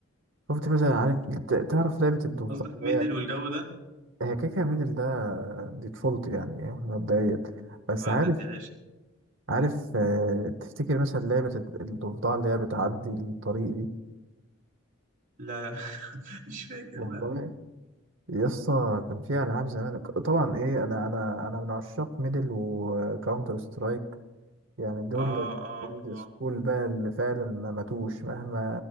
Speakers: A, on the right; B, on the right.
A: شفت مثلا عارف ت- تعرف لعبة الضفدع
B: قصدك
A: اللي
B: ميدل
A: هي
B: والجو ده
A: هي كيكة ميدل ده دي طفولتي يعني إيه، مبدئيا بس عارف
B: آه ده دي عشق دي
A: عارف آه، تفتكر مثلا لعبة الد- الضفدع اللي هي بتعدي الطريق دي
B: لا لا <laughs> مش فاكر
A: والله
B: لا
A: يسطا كان فيها ألعاب زمان طبعا إيه أنا أنا أنا من عشاق ميدل وكاونتر سترايك يعني دول
B: اه اه
A: الأولد سكول
B: اه
A: بقى اللي فعلا ما ماتوش مهما